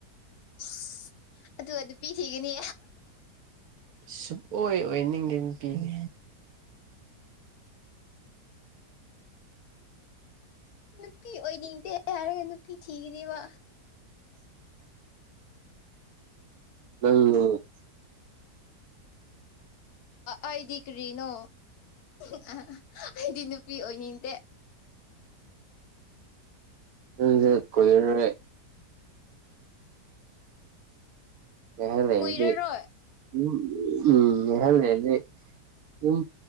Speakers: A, on the left; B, on the right.
A: ꯑꯁ ꯑꯗꯨꯒ ꯅꯨꯄꯤ ꯊꯤꯒꯅꯤ
B: ꯁꯨꯛꯑꯣꯏ ꯑꯣꯏꯅꯤꯡꯗꯦ ꯅꯨꯄꯤꯗꯤ꯫
A: ꯅꯨꯄꯤ ꯑꯣꯏꯅꯤꯡꯗꯦ ꯍꯥꯏꯔꯒ ꯅꯨꯄꯤ ꯊꯤꯒꯅꯦꯕ
B: <unintelligible>
A: ꯑꯩꯗꯤ ꯀꯔꯤꯅꯣ <unintelligible> ꯑꯩꯗꯤ ꯅꯨꯄꯤ ꯑꯣꯏꯅꯤꯡꯗꯦ
B: <unintelligible> ꯉꯥꯏꯍꯥꯛ ꯂꯩꯔꯗꯤ
A: ꯀꯨꯏꯔꯔꯣꯏ
B: ꯎꯝ ꯉꯥꯏꯍꯥꯛ ꯂꯩꯔꯗꯤ ꯑꯗꯨꯝ